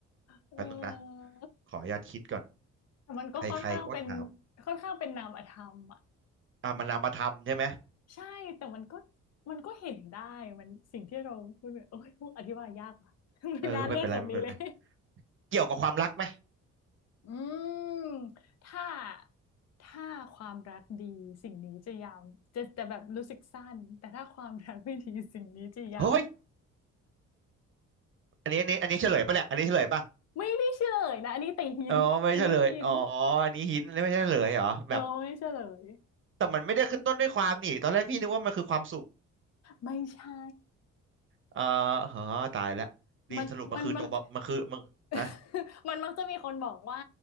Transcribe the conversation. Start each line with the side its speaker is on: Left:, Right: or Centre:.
Left: เออ
Right: แป๊บนึงนะขออนุญาตคิดก่อน
Left: แต่มันก็ค่อนข้างเป็น
Right: ใครใครก็ถาม
Left: ค่อนข้างเป็นนามธรรมอ่ะ
Right: อ่ะมันนามธรรมใช่ไหม
Left: ใช่แต่มันก็มันก็เห็นได้มันสิ่งที่เราพูดเนี่ยโอ้ยพูดอธิบายยากว่ะ <laughs> ไม่น่าเลือกคำนี้เลย
Right: เออไม่เป็นไรไม่เป็นไร เกี่ยวกับความรักไหม
Left: <laughs> อืมถ้าถ้าความรักดีสิ่งนี้จะยาวจะจะแบบรู้สึกสั้นแต่ถ้าความรักไม่ดีสิ่งนี้จะยาว
Right: เฮ้ย อันนี้อันนี้อันนี้เฉลยปะเนี่ยอันนี้เฉลยปะ
Left: ไม่ได้เฉลยนะอันนี้แต่หินอันนี้หิน
Right: อ๋อไม่เฉลยอ๋ออันนี้หินอันนีไม่ใช่เฉลยเหรอแบบ
Left: เออไม่เฉลย
Right: แต่มันไม่ได้ขึ้นต้นด้วยความนี่ตอนแรกพี่นึกว่ามันคือความสุข
Left: ไม่ใช่
Right: เออเฮ้อตายแล้วนี่สรุปมันคือตัวบมันคือมันนะ
Left: มันมันมัน <laughs> มันมักจะมีคนบอกว่า